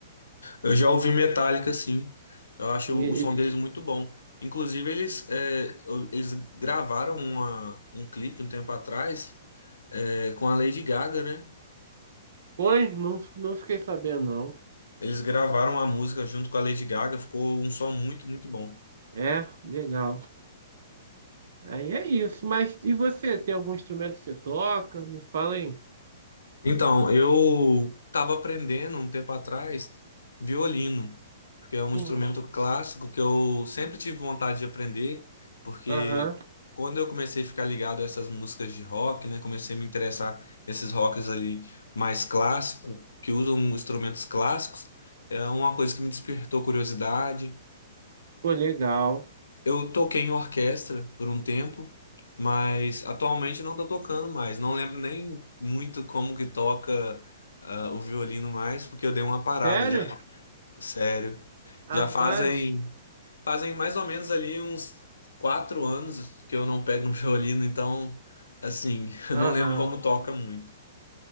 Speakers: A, on the left; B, on the right.
A: Eu já ouvi Metallica, sim. Eu acho
B: Sim,
A: o
B: e-
A: o som
B: e-
A: deles muito bom. Inclusive, eles, é, eu- eles gravaram uma, um clipe um tempo atrás, é, com a Lady Gaga, né?
B: Oi, não, não fiquei sabendo, não.
A: Eles gravaram a música junto com a Lady Gaga, ficou um som muito, muito bom.
B: É, legal. Aí é isso. Mas e você? Tem algum instrumento que você toca? Me fala aí.
A: Então, eu estava aprendendo um tempo atrás violino, porque é um
B: Sim.
A: instrumento clássico que eu sempre tive vontade de aprender, porque
B: Aham.
A: quando eu comecei a ficar ligado a essas músicas de rock, né, comecei a me interessar nesses rocks ali mais clássicos, que usam instrumentos clássicos, é uma coisa que me despertou curiosidade
B: Pô, legal.
A: eu toquei em orquestra por um tempo, mas atualmente não tô tocando mais. Não lembro nem muito como que toca ah, o violino mais, porque eu dei uma parada
B: Sério?
A: já, fa- sério.
B: Rapaz.
A: Já fazem fazem mais ou menos ali uns quatro anos que eu não pego no <laughs> violino, então assim, <laughs> eu
B: Aham.
A: não lembro como toca muito.